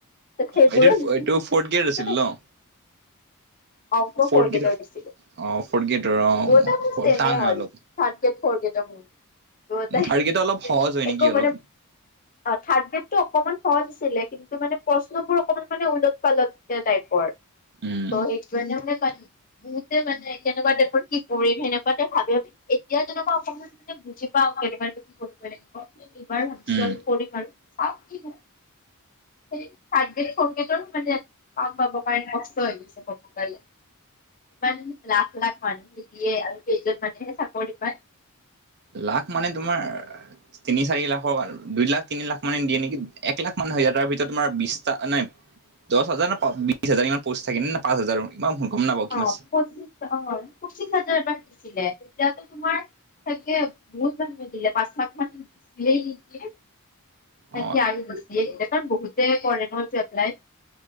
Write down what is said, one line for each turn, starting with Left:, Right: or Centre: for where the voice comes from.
Left: ত' সেইবোৰত
Right: এইটো এইটো ফৰ্থ গ্ৰেড আছিল
Left: <unintelligible>
Right: ন
Left: আও ক
Right: ফ'ৰ্থ
Left: ফ্ৰৰ গেটত
Right: গেটৰ
Left: দিছিলোঁ।
Right: অ ফ'ৰ্থ গেটৰ অ
Left: দুয়োটাই ত চেমে
Right: টান হয়
Left: হ'ল
Right: অলপ
Left: থ্ৰাড গ্ৰেট ফৰ গেডৰ হেনোঁ দুয়োটাই
Right: থাৰ্ড গেটৰ অলপ সহজ হয়
Left: একো
Right: নেকি অলপ
Left: মানে অ থাৰ্ড গেড টো অকমান সহজ আছিলে কিন্তু মানে প্ৰশ্নবোৰ অকমান মানে উলট পালট টাইপৰ।
Right: উম
Left: ত সেই কাৰণে মানে তাত বহুতে মানে কেনেকুৱা টাইপত কি কৰিম সেনেকুৱাতে ভাবে এতিয়া যেনেকুৱা অসমত মানে বুজি পাওঁ ন বাৰ কৰিব লাগিব এইবাৰ ভ
Right: উম।
Left: কৰিম আৰু চ কি হয় সেই থাৰ্ড গ্ৰেড - ফৰ্ট গ্ৰেডৰ মানে কাম পাব কাৰনে কষ্ট হৈ গৈছে কব গলে। মান লাখ- লাখ মানুহটো দিয়ে কেইজন মানহে চাকৰি পায়।
Right: লাখ মানে তোমাৰ তিনি -চাৰি লাখৰ দুই লাখ, তিনি লাখ মানে দিয়ে নেকি এক লাখ মান হৈ যায় তাৰ ভিতৰত তোমাৰ বিছটা নাই দছ হাজাৰ না বিছ হাজাৰ ইমান পোষ্ট থাকে নে না পাঁচ হাজাৰ ইমান গম নাপাওঁ কিমান
Left: অহ, পঁচিশ অ পঁচিশ হাজাৰ এবাৰ দিছিলে তেতিয়াতো তোমাৰ ছাগে বহুত <unintelligible> নিদিলে পাঁচ লাখ মান দিলেই নেকি তাকে
Right: অ
Left: আৰু গুছিয়ে দিলে কাৰণ বহুতে কৰে ন' এইটো এপ্লাই